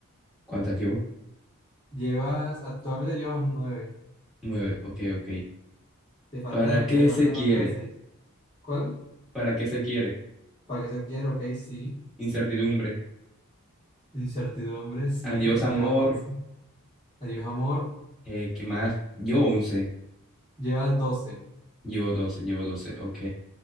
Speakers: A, in the centre; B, on the left.
A: ¿Cuántas llevo?
B: Llevas, actualmente llevas nueve
A: Nueve, ok, ok.
B: Te faltan,
A: ¿Para qué
B: te faltan
A: se quiere?
B: otras seis ¿Cuál?
A: ¿Para qué se quiere?
B: ¿Para qué se quiere? Ok, sí.
A: Incertidumbre.
B: Incertidumbre, sí.
A: Adiós, amor.
B: Llevas once Adiós, amor.
A: Eh, ¿qué más? Llevo 11.
B: Llevas doce
A: Llevo 12. llevo 12. Ok.